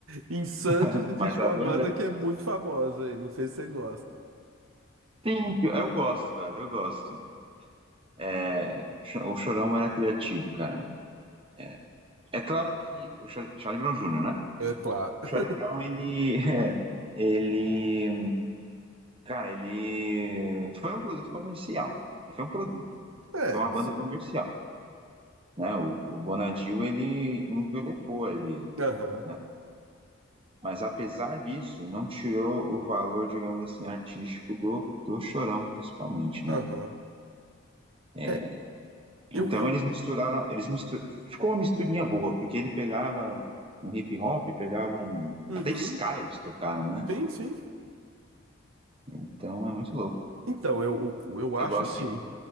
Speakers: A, on the right; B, on the right.
A: Em Santos
B: <laughs>
A: existe
B: Mas a
A: uma
B: banda...
A: banda que é muito famosa aí, não sei se você gosta.
B: Sim, eu gosto, cara. Eu gosto. É, O Chorão era criativo, cara. É, é claro que... O Char- Charlie Brown Jr., né?
A: É claro. <laughs>
B: O Charlie Brown, ele... <laughs> Ele... Cara, ele... Foi um produto comercial. Ele foi um produto.
A: É,
B: Foi uma banda
A: sim.
B: comercial. Né? O, o Bonadil, ele envelopou ali.
A: Aham,
B: né? Mas apesar disso, não tirou o valor, digamos assim, artístico do, do Chorão, principalmente, né?
A: aham.
B: É,
A: É,
B: então
A: eu, eu.
B: eles misturaram, eles mistur... ficou uma misturinha boa, porque ele pegava um hip hop, pegava um
A: Uhum.
B: até ska eles tocaram, né?
A: Sim, sim.
B: Então é muito louco.
A: Então, eu, eu eu
B: Eu
A: acho
B: gosto
A: assim,
B: sim.